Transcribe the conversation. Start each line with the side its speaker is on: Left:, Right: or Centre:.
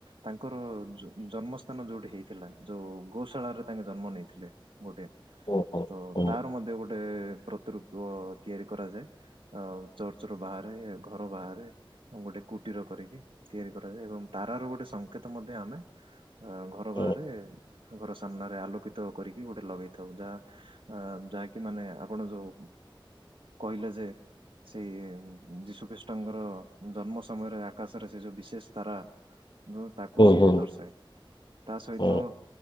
Right: ତାଙ୍କର ଜ ଜନ୍ମ ସ୍ଥାନ ଯୋଉଠି ହେଇଥିଲା ଯୋଉ ଗୋଶାଳାରେ ତାଙ୍କ ଜନ୍ମ ନେଇଥିଲେ। ଗୋଟେ
Left: ହୁଁ
Right: ତ
Left: ହୁଁ
Right: ତାର ମଧ୍ୟ ଗୋଟେ ଗୋଟେ ପ୍ରତିରୂପ ତିଆରି କରାଯାଏ। ଆ ଚର୍ଚ୍ଚର ବାହାରେ ଘର ବାହାରେ। ଗୋଟେ କୁଟୀର କରିକି ତିଆରି କରାଯାଏ। ଏବଂ ତାରାର ଗୋଟେ ସଂକେତ ମଧ୍ୟ ଆମେ ଅ ଘର
Left: ହୁଁ
Right: ବାହାରେ ଘର ସାମ୍ନାରେ ଆଲୋକିତ କରିକି ଗୋଟେ ଲଗେଇ ଥାଉ। ଯାହା ଅ ଯାହାକି ମାନେ ଆପଣ ଯୋଉ କହିଲେ ଯେ ସେଇ ଯୀଶୁ ଖ୍ରୀଷ୍ଟଙ୍କର ଜନ୍ମ ସମୟରେ ଆକାଶରେ ସେ ଯୋଉ ବିଶେଷ ତାରା ତାକୁ ସିଏ
Left: ହୁଁ ହୁଁ
Right: ଦର୍ଶାଏ। ତା ସହିତ
Left: ହୁଁ